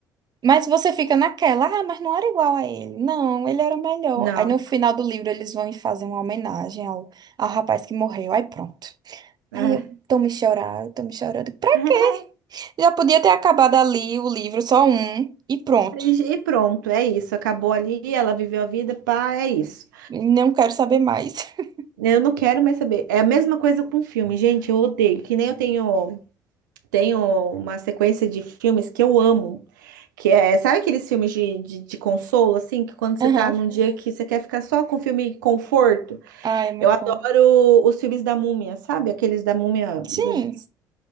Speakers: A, on the right; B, on the right.
A: Mas você fica naquela, ah, mas não era igual a ele. Não, ele era melhor.
B: Não.
A: Aí no final do livro eles vão e fazem uma homenagem ao, ao rapaz que morreu. Aí pronto.
B: É.
A: Aí eu tô me chorando, tô me chorando. Pra
B: <laughs>
A: quê? Já podia ter acabado ali o livro, só um, e pronto.
B: E e pronto, é isso. Acabou ali, ela viveu a vida, pá, é isso.
A: Não quero saber mais. <laughs>
B: Eu não quero mais saber. É a mesma coisa com filme, gente. Eu odeio. Que nem eu tenho, tenho uma sequência de filmes que eu amo. Que é, sabe aqueles filmes de, de, de consolo, assim, que quando você
A: Aham.
B: tá num dia que você quer ficar só com filme conforto?
A: Ah, é muito
B: Eu adoro
A: bom.
B: os filmes da Múmia, sabe? Aqueles da Múmia. do-
A: Sim.